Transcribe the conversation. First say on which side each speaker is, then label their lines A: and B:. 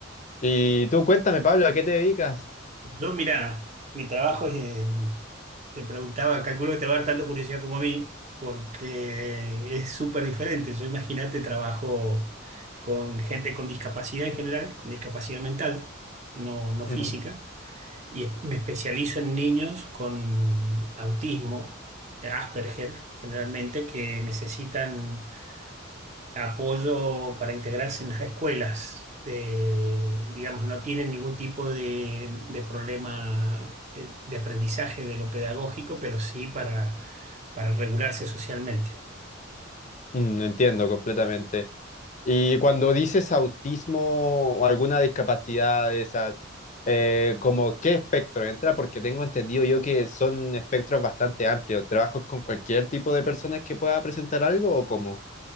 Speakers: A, on the left; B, on the right.
A: Y tú cuéntame, Pablo, ¿a qué te dedicas?
B: Yo, mira, mi trabajo es, eh, te preguntaba, calculo que te va a dar tanto curiosidad como a mí, porque es súper diferente. Yo imagínate, trabajo con gente con discapacidad en general, con discapacidad mental, no, no
A: Mm.
B: física, y es- me especializo en niños con autismo, Asperger, generalmente, que necesitan apoyo para integrarse en las escuelas. Eh, digamos, no tienen ningún tipo de, de problema eh, de aprendizaje de lo pedagógico, pero sí para, para regularse socialmente.
A: Mm, entiendo completamente. Y cuando dices autismo o alguna discapacidad de esas, eh, ¿como qué espectro entra? Porque tengo entendido yo que son espectros bastante amplios. ¿Trabajas con cualquier tipo de personas que pueda presentar algo o cómo?